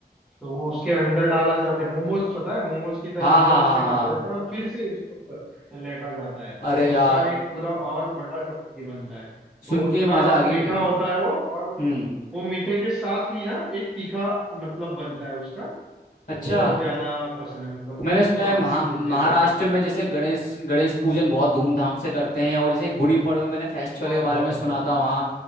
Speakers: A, in the centre; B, on the left.
A: तो वो
B: हाँ
A: उसके अंदर डाला जाता है मोमोज पता है मोमोज की तरह
B: हाँ
A: अंदर
B: हाँ
A: उसके डाला
B: हाँ
A: जाता है और फिर से उसके ऊपर लेटा जाता है तो
B: अरे
A: उसका
B: यार
A: एक पूरा और बड़ा चपाती बनता है तो
B: सुन
A: उतना
B: के मजा आ
A: मीठा
B: गई
A: होता है वो और
B: हम्म
A: वो मीठे के साथ ही ना एक तीखा मतलब बनता है उसका
B: अच्छा
A: वो ज्यादा पसंद है मतलब
B: मैंने सुना
A: उसको आमटी
B: है महा,
A: बोलते
B: महाराष्ट्र
A: हैं लोग
B: में जैसे गणेश गणेश पूजन बहुत धूमधाम से करते हैं और जैसे गुड़ी पड़वा मैंने फेस्टिवल
A: बहुत
B: के बारे
A: बहुत
B: में सुना
A: बहुत
B: था वहाँ
A: बहुत